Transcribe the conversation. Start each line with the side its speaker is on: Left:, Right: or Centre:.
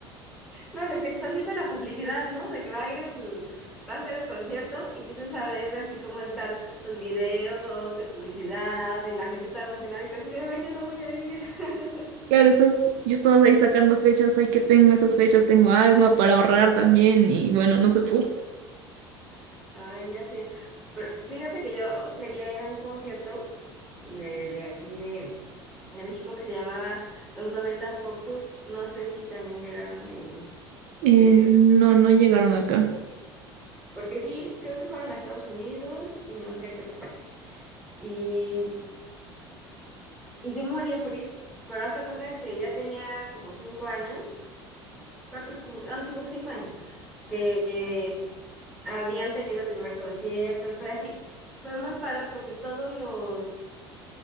Centre: No, desde que estás viendo la publicidad, ¿no? De que va a ir el, va a ser el concierto y empiezas a ver así como están los videos de publicidad y la gente toda emocionadita así de, ay, ya no voy a ir. <laughs>
Right: Claro, estás, yo estaba ahí sacando fechas, ay, que tengo esas fechas, tengo algo para ahorrar también, y bueno, no se
Centre: Ajá.
Right: pudo.
Centre: Ay, ya sé. Pero fíjate que yo quería ir a un concierto de, de aquí de, de México que se llamaba Los Noventas Pop Tour. No sé si también llegaron ahí. No
Right: Eh,
Centre: sé.
Right: no, no llegaron acá.
Centre: Porque sí, creo que fueron a Estados Unidos y no sé a qué otra parte. Y, y yo me moría por ir. Pero hace cuenta que ya tenía como cinco años, cuatro, cinco, no, sí, como cinco años, que habían tenido el primer concierto y fue así. Fue muy padre porque todos los